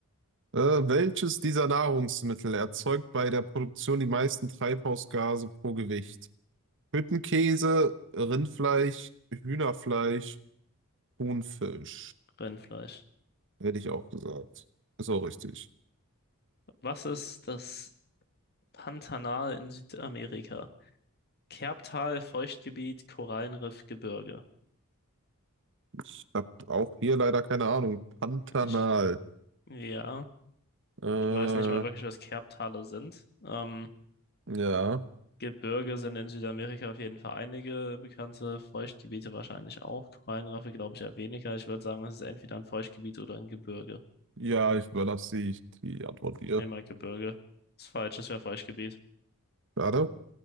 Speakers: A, on the right; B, on the left.
A: Äh, welches dieser Nahrungsmittel erzeugt bei der Produktion die meisten Treibhausgase pro Gewicht? Hüttenkäse, Rindfleisch, Hühnerfleisch, Thunfisch.
B: Rindfleisch.
A: Hätte ich auch gesagt. Ist auch richtig.
B: Was ist das Pantanal in Südamerika? Kerbtal, Feuchtgebiet, Korallenriff, Gebirge.
A: Ich habe auch hier leider keine Ahnung. Pantanal.
B: Ich, ja,
A: Äh,
B: ich weiß nicht mal wirklich, was Kerbtale sind. Ähm,
A: ja.
B: Gebirge sind in Südamerika auf jeden Fall einige bekannte Feuchtgebiete wahrscheinlich auch. Korallenriffe glaube ich eher weniger. Ich würde sagen, es ist entweder ein Feuchtgebiet oder ein Gebirge.
A: Ja, ich überlasse die, die Antwort dir.
B: Nehmen mal Gebirge. Ist falsch, es wäre Feuchtgebiet.
A: Schade.